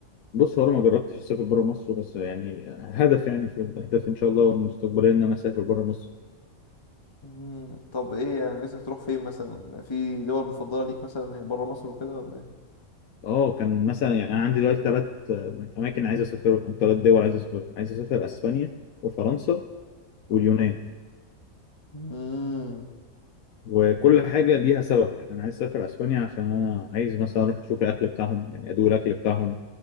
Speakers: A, on the left; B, on the left.
A: بص هو انا ما جربتش اسافر بره مصر بس يعني هدف يعني في الاهداف ان شاء الله المستقبليه ان انا اسافر بره مصر
B: مم. طب ايه يعني نفسك تروح فين مثلا في دول مفضلة ليك مثلا هي برا مصر وكده ولا ايه
A: اه كان مثلا يعني انا عندي دلوقتي ثلاث اماكن عايز اسافرهم او ثلاث دول عايز اسافرهم عايز اسافر اسبانيا وفرنسا واليونان
B: مم.
A: وكل حاجه ليها سبب يعني انا عايز اسافر اسبانيا عشان انا عايز مثلا اروح اشوف الاكل بتاعهم يعني ادوق الاكل بتاعهم